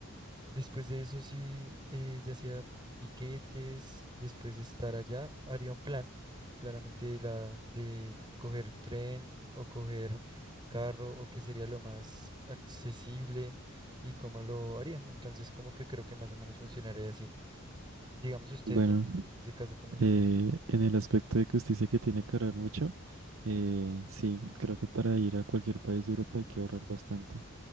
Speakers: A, on the right (about 20°); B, on the right (about 70°).
A: Después de eso, sí, eh, ya sea tiquetes, después de estar allá, haría un plan, claramente de la de coger tren o coger carro o qué sería lo más accesible y cómo lo haría. Entonces, como que creo que más o menos funcionaría así. Digamos usted,
B: Bueno,
A: en ese caso, ¿cómo sería?
B: eh, en el aspecto de que usted dice que tiene que ahorrar mucho, eh, sí, creo que para ir a cualquier país de Europa hay que ahorrar bastante.